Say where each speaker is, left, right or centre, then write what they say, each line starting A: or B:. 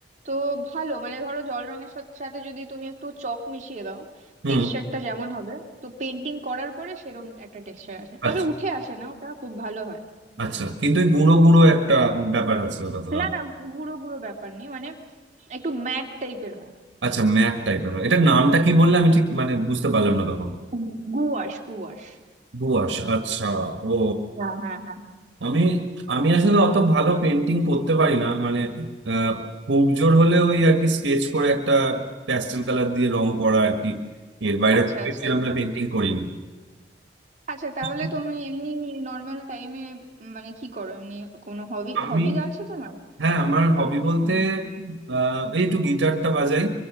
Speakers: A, on the right; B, on the right.
A: তো ভালো মানে ধরো জল রঙের সাথে সাথে যদি তুমি একটু চক মিশিয়ে দাও
B: হুম
A: টেক্সচারটা যেমন হবে তো পেন্টিং করার পরে সেরকম একটা টেক্সচার আসে তবে
B: আচ্ছা
A: উঠে আসে না ওটা খুব ভালো হয়
B: আচ্ছা কিন্তু ওই গুঁড়ো গুঁড়ো একটা ব্যাপার আছে ওটা তো দাম
A: না না গুঁড়ো গুঁড়ো ব্যাপার নেই মানে একটু ম্যাট টাইপের হয়
B: আচ্ছা ম্যাক টাইপের হয় এটার নামটা কি বললে আমি ঠিক মানে বুঝতে পারলাম না তখন
A: হুম। Gouache gouache
B: দুয়াশ আচ্ছা ও
A: হ্যাঁ হ্যাঁ হ্যাঁ
B: আমি আমি আসলে অত ভালো পেন্টিং করতে পারি না মানে আহ, খুব জোর হলে ওই আর কি স্কেচ করে একটা প্যাস্টেল কালার দিয়ে রং করা আর কি এর বাইরে
A: আচ্ছা
B: খুব
A: আচ্ছা
B: বেশি
A: আচ্ছা
B: আমরা পেন্টিং করিনি
A: আচ্ছা তাহলে
B: তো
A: তুমি এমনি নর্মাল টাইমে মানে কি করো এমনি কোনো হবি
B: আমি
A: হবি আছে তোমার
B: হ্যাঁ আমার হবি বলতে আহ, এই একটু গিটারটা বাজাই